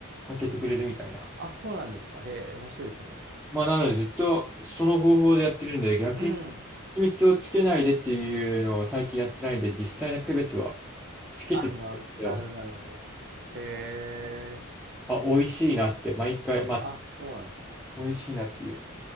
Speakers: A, in the centre; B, on the right.
A: 炊けてくれるみたいな。
B: あ、そうなんですか。へえ、面白いですね。
A: まあ、なのでずっとその方法でやってるんで、逆に
B: うん。
A: 秘密をつけないでっていうのを最近やってないんで、実際の区別はつけてるんですよ。
B: あ、まあ、なるほど、なるほど。へえ、
A: あ、美味しいなって、毎回、まあ、
B: あ、そうなんで
A: 美味しいなっていう、